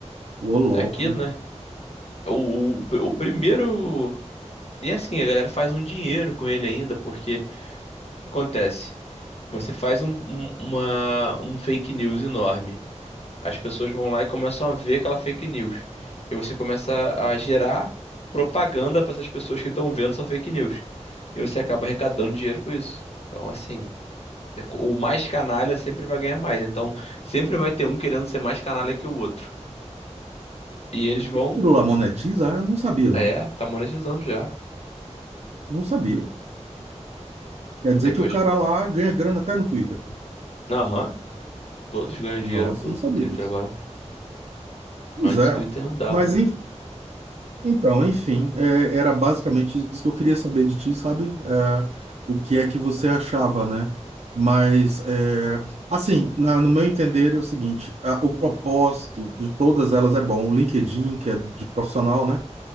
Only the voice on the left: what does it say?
é aquilo, né? O, o, o primeiro. E assim, a galera faz um dinheiro com ele ainda, porque acontece. Você faz um, um- uma, um fake news enorme. As pessoas vão lá e começam a ver aquela fake news. E você começa a gerar propaganda para essas pessoas que estão vendo sua fake news. E você acaba arrecadando dinheiro com isso. Então, assim, é co- o mais canalha sempre vai ganhar mais. Então, sempre vai ter um querendo ser mais canalha que o outro. E eles vão.
É, tá monetizando já.
E
depois.
Aham, todos ganham dinheiro
com,
com o Twitter
agora.
Antes
o Twitter não dava,
né?